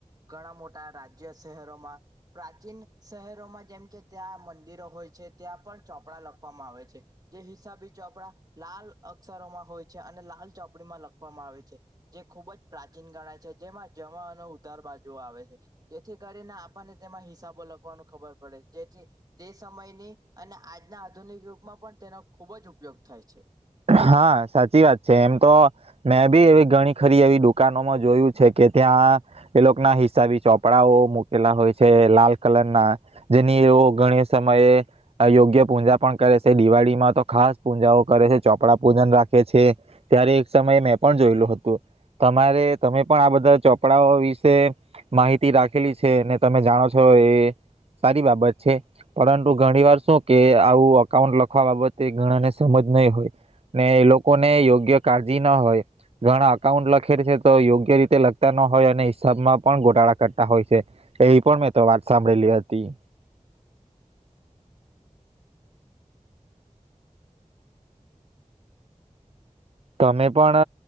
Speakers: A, on the right; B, on the right.
A: ઘણા મોટા રાજ્ય શહેરોમાં પ્રાચીન શહેરોમાં જેમ કે ત્યાં મંદિરો હોય છે, ત્યાં પણ ચોપડા લખવામાં આવે છે, જે હિસાબી ચોપડા લાલ અક્ષરોમાં હોય છે, અને લાલ ચોપડીમાં લખવામાં આવે છે, જે ખૂબ જ પ્રાચીન ગણાય છે, જેમાં જમા અને ઉધાર બાજુ આવે છે, જેથી કરીને આપણને તેમાં હિસાબો લખવાનું ખબર પડે જેથી તે સમયની અને આજના આધુનિક યુગમાં પણ તેનો ખુબ જ ઉપયોગ થાય <inaudible>
B: હા સાચી વાત છે, એમ તો મેં બી એવી ઘણી ખરી એવી દુકાનોમાં જોયું છે કે ત્યાં એ લોકો ના હિસાબી ચોપડાઓ મૂકેલા હોય છે, લાલ કલર ના જેની ઘણી સમયે યોગ્ય પૂજા પણ કરે છે, દિવાળીમાં તો ખાસ પૂજાઓ કરે છે ચોપડા પૂજન રાખે છે, ત્યારે એક સમયે મેં પણ જોયેલું હતું તમારે તમે પણ આ બધા ચોપડાઓ વિશે માહિતી રાખેલી છે, ને તમે જાણો છો એ સારી બાબત છે, પરંતુ ઘણી વાર શું કે આવું અકાઉન્ટ લખવા બાબતે ગણાને સમજ નહીં હોય ને એ લોકોને યોગ્ય કાળજી ના હોય ઘણા અકાઉન્ટ લખે છે, તો યોગ્ય રીતે લખતા ન હોય અને હિસાબમાં પણ ગોટાળા કરતા હોય છે, એ પણ મેં તો વાત સાંભળેલી હતી. તમે પણ